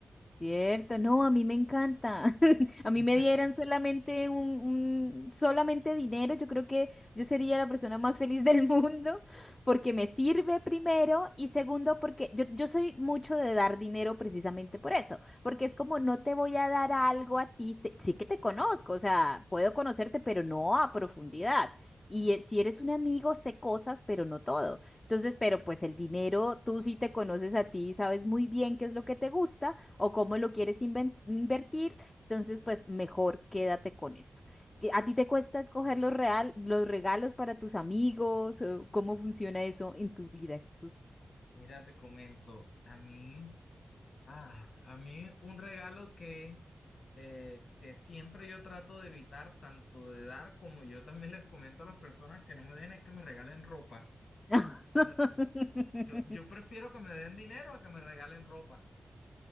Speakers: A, on the left; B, on the left.
A: Cierto, no, a mí me encanta. <laughs> A mí
B: <laughs>
A: me dieran solamente un, un- solamente dinero, yo creo que yo sería la persona más feliz del <laughs> mundo porque me sirve primero y segundo porque yo, yo soy mucho de dar dinero precisamente por eso, porque es como no te voy a dar algo a ti, sé- sí, que te conozco, o sea, puedo conocerte, pero no a profundidad. Y eh, si eres un amigo, sé cosas, pero no todo. Entonces, pero pues el dinero, tú sí te conoces a ti, sabes muy bien qué es lo que te gusta o cómo lo quieres inven- invertir, entonces pues mejor quédate con eso. ¿Qué- ¿A ti te cuesta escoger los real, los regalos para tus amigos? o ¿Cómo funciona eso en tu vida, Jesús?
B: Mira, te comento, a mí, ah, a mí un regalo que, eh, que siempre yo trato de evitar, tanto de dar como yo también les comento a las personas que no me den, es que me regalen ropa.
A: <laughs>
B: Fíjate tú. Yo, yo prefiero que me den dinero a que me regalen ropa.